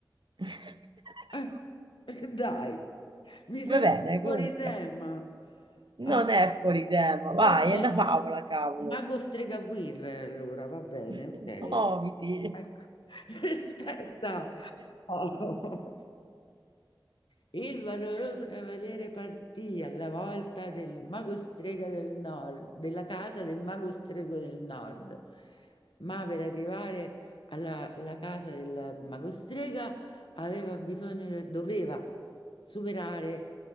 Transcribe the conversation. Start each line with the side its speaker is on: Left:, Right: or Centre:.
Right: <laughs>
Left: Eh, <laughs> dai, mi sei
Right: Va bene,
Left: uscito fuori
Right: comunque,
Left: tema.
Right: non
Left: Ah.
Right: è fuori tema, vai,
Left: Vabbè,
Right: è una favola,
Left: il
Right: cavolo.
Left: mago Stregaguirre, allora va bene,
Right: <laughs>
Left: ok.
Right: Muoviti.
Left: Ecco. <laughs> Aspetta. Oh. Il valoroso cavaliere partì alla volta del mago strega del nord, della casa del mago strego del nord, ma per arrivare alla, alla casa del mago strega aveva bisogno, doveva superare